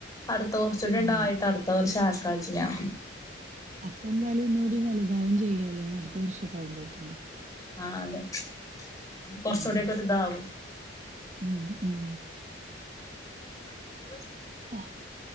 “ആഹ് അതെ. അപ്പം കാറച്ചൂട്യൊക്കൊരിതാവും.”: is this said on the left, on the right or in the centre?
Left